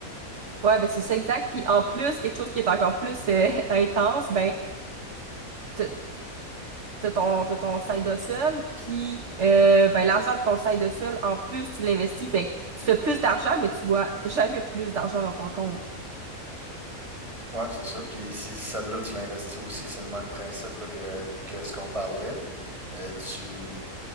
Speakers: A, on the right; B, on the right.
A: Ouais, ben c'est ça exact. Puis en plus, quelque chose qui est encore plus euh, <laughs> intense, ben t- t'as ton, t'as ton side hustle, puis euh, ben, l'argent de ton side hustle, en plus, tu l'investis. Fait que tu fais plus d'argent, mais tu vois jamais plus d'argent dans ton compte.
B: Ouais, c'est ça. Puis si celle-là, tu l'investis aussi, c'est le même principe là, que, que ce qu'on parlait. Euh, tu,